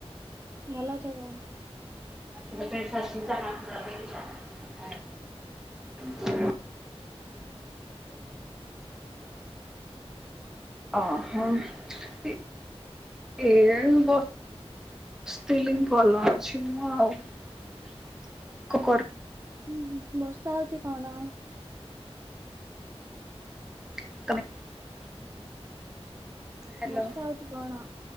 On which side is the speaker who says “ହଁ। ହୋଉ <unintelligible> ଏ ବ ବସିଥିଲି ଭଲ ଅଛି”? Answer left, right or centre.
Centre